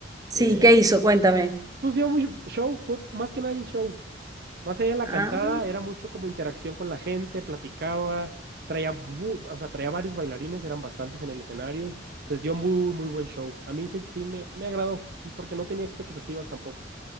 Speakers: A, on the right; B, on the right.
A: sí,
B: eh,
A: ¿qué hizo? Cuéntame.
B: Pues dio mucho show, fue más que nada el show. Más allá de la
A: Ah,
B: cantada, era mucho como interacción con la gente, platicaba, traía, mu- o sea, traía varios bailarines, eran bastantes en el escenario. Entonces dio muy, muy buen show. A mí sí, sí me, me agradó, porque no tenía expectativas tampoco.